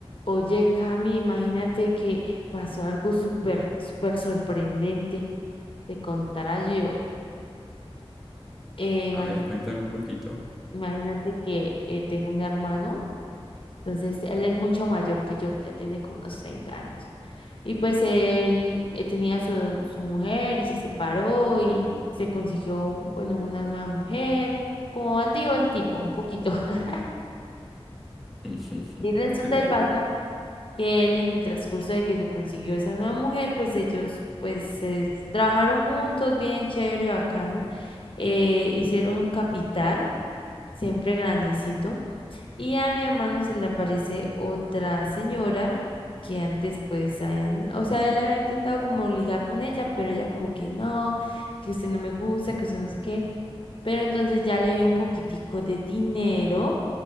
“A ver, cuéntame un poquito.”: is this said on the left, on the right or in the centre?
Centre